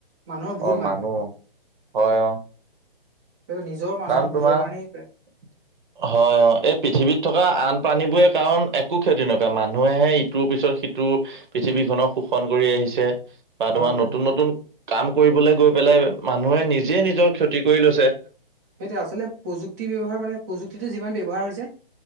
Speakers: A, on the right; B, on the right.
A: মানুহৰ ভুল
B: অ',
A: মানে
B: মানুহ হয় অ'।
A: সেইটো নিজৰ মানুহৰ
B: কাৰণ
A: ভুলৰ
B: তোমাৰ হয়,
A: কাৰণেই প্ৰায়।
B: অ', এই পৃথিৱীত থকা আন প্ৰানীবোৰে কাৰণ একো ক্ষতি নকৰে, মানুহেহে ইটোৰ পিছত সিটো পৃথিৱীখনক শোষণ কৰি আহিছে। বা
A: হয়
B: তোমাৰ
A: হয়।
B: নতুন নতুন কাম কৰিবলৈ গৈ পেলাই মানুহে নিজে নিজৰ ক্ষতি কৰি লৈছে।
A: সেইটো আচলতে প্ৰযুক্তি ব্যৱহাৰ মানে প্ৰযুক্তিটো যিমান ব্যৱহাৰ হৈছে,